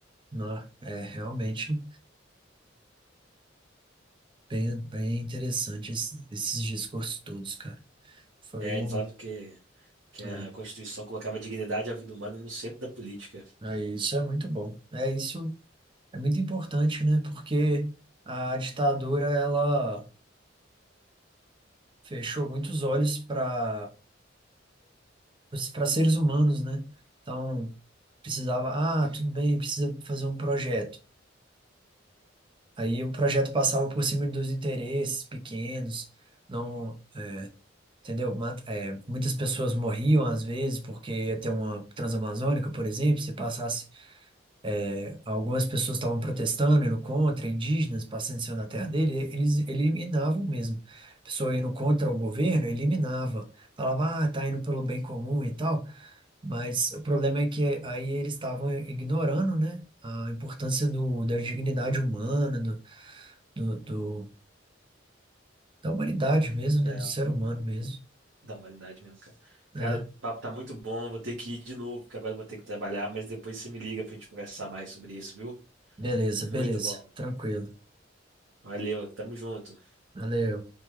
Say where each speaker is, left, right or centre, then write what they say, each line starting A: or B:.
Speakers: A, on the right; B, on the right.
A: não, é realmente bem, bem interessante esse- esses discursos todos, cara. Foi
B: É, ele
A: um,
B: falava que, que a
A: é,
B: Constituição colocava a dignidade e a vida humana no centro da política.
A: é, isso é muito bom. É isso, é muito importante, né? Porque a ditadura, ela fechou muitos olhos para para seres humanos, né? Então, precisava, ah, tudo bem, precisa fazer um projeto. Aí o projeto passava por cima dos interesses pequenos, não, entendeu? Mata- é, muitas pessoas
B: Ah,
A: morriam às vezes porque ia ter uma Transamazônica, por exemplo, se passasse, é, algumas pessoas estavam protestando, indo contra, indígenas passando em cima da terra dele, eles eliminavam mesmo. A pessoa indo contra o governo, eliminava. Falava, ah, tá indo pelo bem comum e tal. Mas o problema é que aí eles estavam ignorando, né, a importância do, da dignidade humana, do, do, do- da humanidade mesmo, né,
B: É,
A: do ser humano mesmo.
B: da humanidade mesmo, cara.
A: É,
B: Cara, o papo tá muito bom, vou ter que ir de novo, porque agora eu vou ter que trabalhar, mas depois você me liga pra gente conversar mais sobre isso, viu?
A: beleza,
B: Muito
A: beleza,
B: bom.
A: tranquilo.
B: Valeu, tamo junto.
A: Valeu.